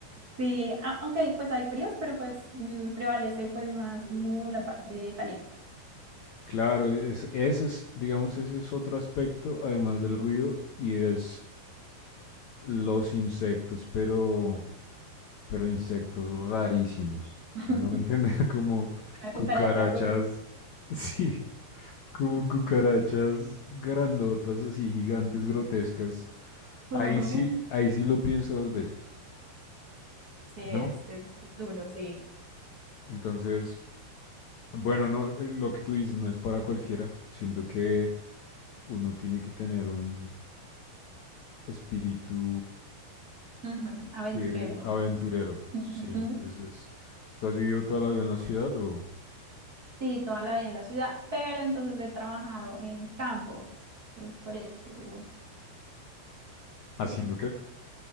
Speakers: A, on the right (about 25°); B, on the left (about 80°).
A: Sí, ah, ok, pues hay fríos, pero pues mm, prevalece pues más como la parte caliente.
B: Claro, es- ese es, digamos, ese es otro aspecto, además del ruido, y es los insectos, pero... pero insectos rarísimos. Si
A: <laughs>
B: me hago entender, <laughs> como
A: La
B: cucarachas,
A: cucaracha rusa.
B: <laughs> sí, como cucarachas grandotas, así gigantes, grotescas.
A: Ujú,
B: Ahí sí, ahí sí lo pienso dos veces,
A: Sí, es,
B: ¿no?
A: es duro, sí.
B: Entonces, bueno, no, eh, lo que tú dices no es para cualquiera. Siento que uno tiene que tener un espíritu
A: Ujú, Aventurero.
B: que aventurero.
A: ujú.
B: Sí, es, es- ¿Tú has vivido toda la vida en la ciudad o
A: Sí, toda la vida en la ciudad, pero entonces he trabajado en campo. Entonces, por eso,
B: haciendo
A: pues
B: qué?